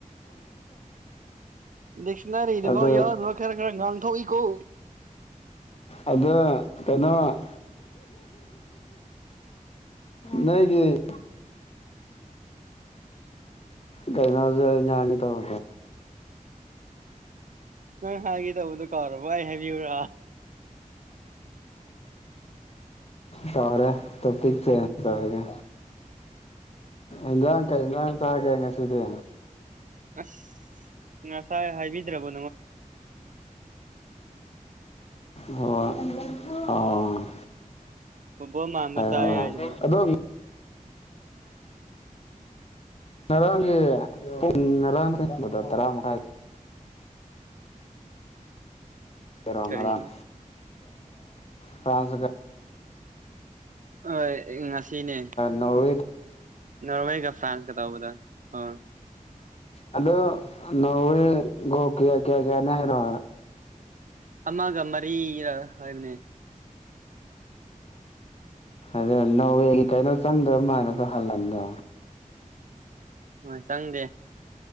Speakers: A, on the right; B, on the left.
A: ꯗꯤꯛꯁꯅꯔꯔꯤꯗꯐꯥꯎ
B: ꯑꯗꯨ
A: ꯌꯥꯎꯗꯕꯥ ꯈꯔ ꯈꯔꯒꯥꯟ ꯉꯪꯊꯣꯛ ꯏꯀꯣ꯫
B: ꯑꯗ ꯀꯩꯅꯣ ꯅꯒꯤ ꯀꯩꯅꯩꯅ ꯇꯧ
A: ꯅꯪ ꯍꯥꯏꯒꯦ ꯇꯧꯕꯗꯣ ꯀꯥꯎꯔꯕ ꯑꯩ ꯍꯥꯏꯕꯤꯌꯨ꯭ꯔꯥ
B: ꯇꯔꯦ ꯇꯣꯄꯤ ꯆ ꯇꯔꯒꯦ ꯏꯟ ꯁꯥꯡ ꯀꯩꯁꯥꯡ ꯆꯒꯦ ꯉꯁꯤꯗꯤ꯫
A: ꯑꯁ ꯉꯁꯥꯏ ꯍꯥꯏꯕꯤꯗ꯭ꯔꯕ
B: ꯑꯣ ꯑꯣ
A: ꯐꯨꯠꯕꯣꯜ ꯃꯥꯟꯕ
B: ꯑ
A: ꯆꯥꯏ ꯍꯥꯏꯁꯤꯅꯤ
B: ꯑꯗꯨꯗꯣ ꯉꯔꯥꯡꯒꯤ ꯄꯨꯡ ꯉꯔꯥꯡ ꯇꯔꯥ ꯃꯈꯥꯏ ꯑꯣꯏꯔꯕ
A: ꯀꯔꯤ
B: ꯉꯔꯥꯡ ꯐ꯭ꯔꯥꯟꯁ
A: ꯍꯣꯏ ꯉꯁꯤꯅꯦ
B: ꯅꯣꯎꯋꯦ
A: ꯅꯣꯔꯋꯦꯒ ꯐ꯭ꯔꯥꯟꯁꯀ ꯇꯧꯕꯗꯣ ꯍꯣꯏ
B: ꯑꯗꯣ ꯅꯧꯑꯦ ꯒꯣꯜ ꯀꯦꯌꯥ ꯀꯌꯥ ꯍꯥꯏꯅꯣ꯫
A: ꯑꯃꯒ ꯃꯔꯤꯒ ꯍꯥꯏꯕꯅꯦ꯫
B: ꯎꯝ꯫ ꯅꯧꯦ ꯀꯩꯅꯣ ꯆꯪꯗꯕ ꯃꯥꯅꯁꯨ ꯍꯜꯂꯟꯗꯣ꯫
A: ꯎ ꯆꯪꯗꯦ꯫